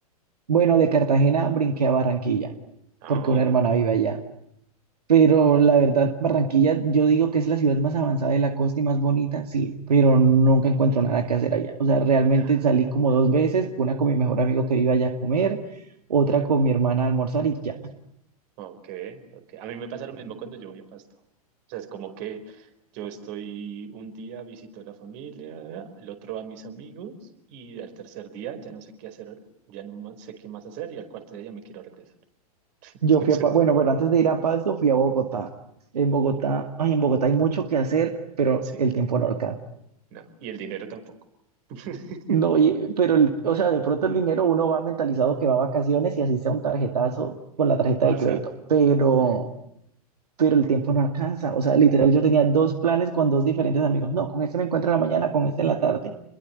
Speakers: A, on the right; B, on the right.
A: bueno, de Cartagena brinqué a Barranquilla,
B: Ah,
A: porque una hermana
B: ok.
A: vive allá. Pero la verdad, Barranquilla, yo digo que es la ciudad más avanzada de la costa y más bonita, sí, pero nunca encuentro nada que hacer allá. O sea, realmente
B: Ah,
A: salí como dos veces, una con mi mejor amigo que vive allá a comer, otra con mi hermana a almorzar y ya.
B: ok, ok. A mí me pasa lo mismo cuando yo voy a Pasto. O sea, es como que yo estoy un día visito a la familia, el otro a mis amigos y al tercer día ya no sé qué hacer, ya no ma- sé qué más hacer y al cuarto día ya me quiero regresar. Entonces,
A: Yo fui a, Pa- bueno, pero antes de ir a Pasto, fui a Bogotá. En Bogotá, ay, en Bogotá hay mucho que hacer, pero
B: sí,
A: el tiempo no alcanza.
B: no. Y el dinero tampoco. <laughs>
A: No, y- pero, el- o sea, de pronto el dinero uno va mentalizado que va a vacaciones y así sea un tarjetazo con la tarjeta
B: Pasa.
A: de crédito, pero...
B: eh,
A: pero el tiempo no alcanza. O sea, literal, yo tenía dos planes con dos diferentes amigos. No, con este me encuentro en la mañana, con este en la tarde.